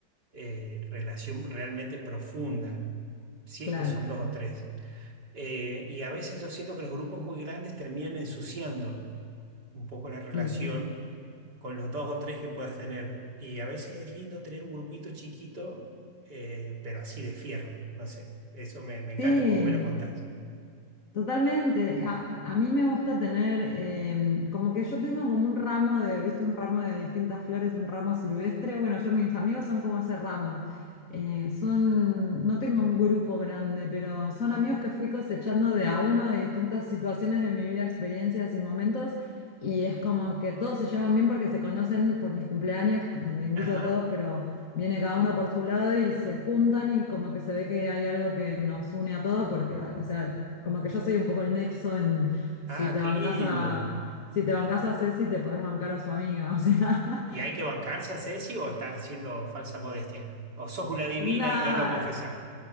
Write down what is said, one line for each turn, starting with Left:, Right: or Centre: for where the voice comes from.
Right: eh, relación realmente profunda, si
Left: claro.
Right: es que son dos o tres. Eh, y a veces yo siento que los grupos muy grandes terminan ensuciando un poco la relación
Left: Y sí.
Right: con los dos o tres que puedas tener. Y a veces es lindo tener un grupito chiquito, eh, pero así de fierro, no sé. Eso me, me encanta
Left: Sí,
Right: cómo me lo contás.
Left: Totalmente. A, a mí me gusta tener, em, como que yo tengo como un ramo de, viste, un ramo de distintas flores, un ramo silvestre. Bueno, yo mis amigos son como ese ramo. Eh, son, no tengo un grupo grande, pero son amigos que fui cosechando de a uno de distintas situaciones de mi vida, experiencias y momentos. Y es como que todos se llevan bien porque se conocen por mis cumpleaños, donde invito
Right: Ajá.
Left: a todos, pero viene cada uno por su lado y se juntan y como que se ve que hay algo que nos une a todos, porque, a- o sea, como que yo soy un poco el nexo en si
Right: Ah,
Left: te
Right: qué
Left: bancas
Right: lindo.
Left: a, si te bancas a Ceci, te podés bancar a su amiga. <laughs> O sea,
Right: ¿Y hay que bancarse a Ceci o estás haciendo falsa modestia? ¿O sos una divina
Left: nada,
Right: y no lo confesás?